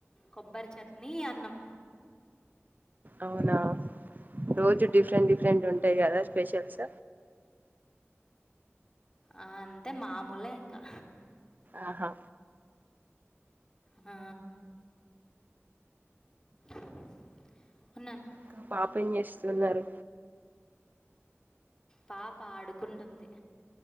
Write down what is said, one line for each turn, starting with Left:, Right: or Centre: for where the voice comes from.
Left: కొబ్బరి చట్నీ అన్నం
Right: అవునా రోజు డిఫరెంట్ డిఫరెంట్ ఉంటాయి కదా స్పెషల్స్
Left: ఆ అంటే మాముూలే ఇంకా
Right: ఆహా
Left: ఆ <unintelligible>
Right: ఇంక పాపం ఎం చేస్తున్నారు
Left: పాప ఆడుకుంటుంది